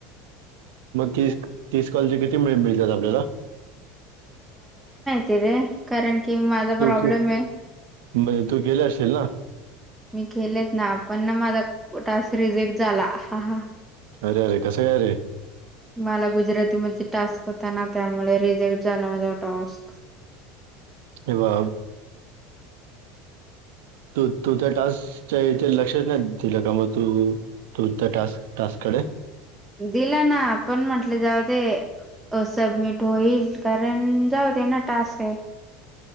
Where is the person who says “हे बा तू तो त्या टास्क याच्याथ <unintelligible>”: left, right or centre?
Right